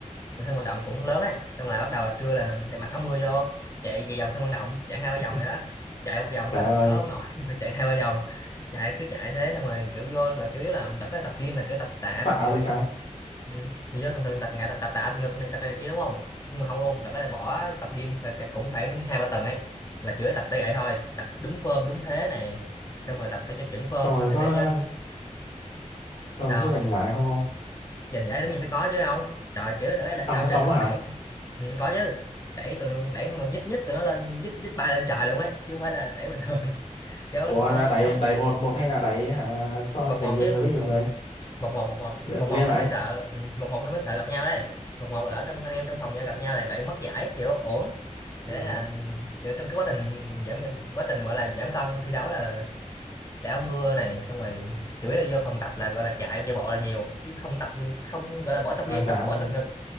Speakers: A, on the left (about 25°); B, on the left (about 50°).
A: cái sân vận động cũng lớn ấy xong là bắt đầu là trưa là để mặc áo mưa vô chạy về vòng sân vận động chạy hai ba
B: <laughs>
A: vòng này đó chạy một vòng
B: Trời
A: á là
B: ơi,
A: thở không nổi <laughs> mà chạy hai ba vòng chạy cứ chạy thế xong rồi kiểu vô là chủ yếu là tập đó tập gym là kiểu tập tạ
B: phạ
A: tập ngực
B: vậy trái.
A: tập ừ. thì vô thường thường tập ngã tập, tập tạ tập ngực này tập này kia đúng không nhưng mà không luôn đợt đó là bỏ tập gym phải- cũng phải hai ba tuần ấy là chủ yếu tập tay gậy thôi tập đúng form đúng thế này xong rồi tập sao cho chuẩn form
B: Xong rồi có
A: để cho
B: xong
A: sao
B: rồi có giành giải không ông?
A: giành giải tất nhiên phải có chứ không trời kiểu đó là
B: Ông
A: ao
B: ông
A: trình luôn
B: á hả?
A: đẩy ừ, có chứ đẩy từ đẩy mà nhích nhích tụi nó lên nhích nhích bay lên trời luôn ấy chứ không phải là đẩy bình thường <laughs> kiểu
B: Ủa
A: ông
B: là đẩy
A: ông
B: đẩy một một hay là đẩy hả so
A: một
B: để
A: một
B: nhiều
A: chứ
B: người với nhiều
A: một
B: người?
A: một một một một
B: L-
A: một
B: Ghê
A: một
B: vậy.
A: nó mới sợ ừ, một một nó mới sợ gặp nhau đấy một một là ở trong anh em trong phòng nhau gặp nhau lại lại mất giải kiểu uổng
B: Ờ,
A: thì đấy là kiểu trong cái quá trình giảm, giảm quá trình gọi là giảm cân thi đấu là để áo mưa này xong rồi chủ yếu là vô phòng tập là gọi là chạy chạy bộ là nhiều chứ không tập không gọi là bỏ tập
B: là
A: gym
B: giảm
A: tập bỏ tập ngực